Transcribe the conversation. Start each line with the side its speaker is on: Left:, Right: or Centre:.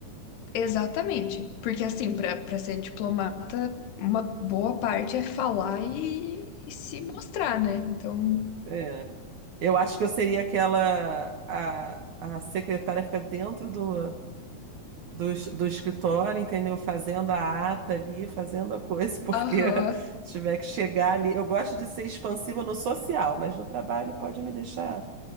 Left: Exatamente. Porque, assim, para para ser diplomata, uma boa parte é falar e, e se mostrar, né? Então,
Right: <laughs> É. Eu acho que eu seria aquela a, a secretária fica dentro do, do, es- do escritório, entendeu? Fazendo a ata ali, fazendo a coisa, porque
Left: aham,
Right: <laughs> se tiver que chegar ali. Eu gosto de ser expansiva no social, mas no trabalho pode me deixar